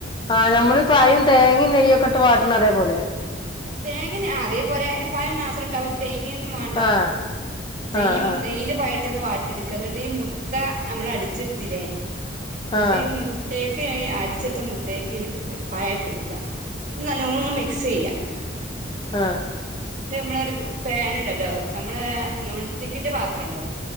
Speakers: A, on the left; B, on the right.
A: ആ നമ്മളി പയും തേങ്ങയും നെയ്യൊക്കെട്ട് വാട്ടുന്ന അതേപോലെ?
B: തേങ്ങ അതേപോലെ അതിന് പായം മാത്രം ഇട്ടാ തേങ്ങയൊന്നും വേണ്ട.
A: ആഹ്
B: നെയ്യ്
A: ആഹ് ആഹ്
B: നെയ്യിൽ പയട്ടൊന്ന് വാട്ടിടുക്ക എന്നിട്ട് ഈ മുട്ട നമ്മള് അടിച്ചെടുത്തിലേ ന്നട്ട്
A: ആഹ്
B: ഈ മുട്ടയക്ക് അടിച്ചെടുത്ത മുട്ടയക്ക് ഈ പഴട്ടൊടുക്കാ. ഇന്നട്ട് നല്ലോ മിക്സ് ചെയ്യ.
A: ആഹ
B: നമ്മളൊ ഒരു പൻ ഉണ്ടല്ലോ നമ്മള നോൺസ്റ്റിക്കിന്റെ പാത്രം ഉണ്ടോ